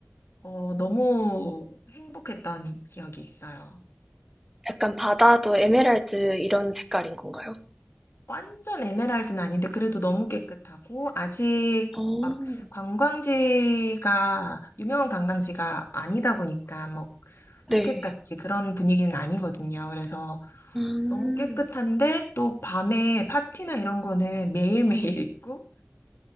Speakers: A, on the left; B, in the centre.
A: 어, 너무 행복했던 기억이 있어요.
B: 약간 바다도 에메랄드 이런 색깔인 건가요?
A: 완전 에메랄드는 아닌데 그래도 너무 깨끗하고 아직
B: 어.
A: 막 관광지가 유명한 관광지가 아니다 보니까 뭐 포켓같이
B: 네.
A: 그런 분위기는 아니거든요. 그래서
B: 음.
A: 너무 깨끗한데 또 밤에 파티나 이런 거는 매일매일 있고